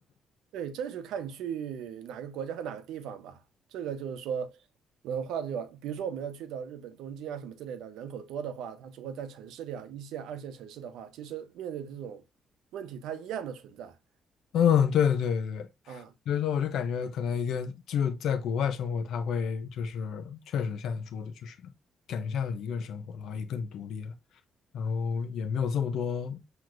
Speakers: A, on the right (about 85°); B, on the left (about 75°).
A: 对，这就看你去哪个国家和哪个地方吧。这个就是说文化的话，比如说我们要去到日本东京啊什么之类的，人口多的话，它如果在城市里啊，一线、二线城市的话，其实面对的这种问题，它一样的存在
B: 嗯，对对对对，
A: 啊。
B: 所以说，我就感觉可能一个就在国外生活，他会就是确实像你说的，就是感觉像是一个人生活，然后也更独立了，然后也没有这么多，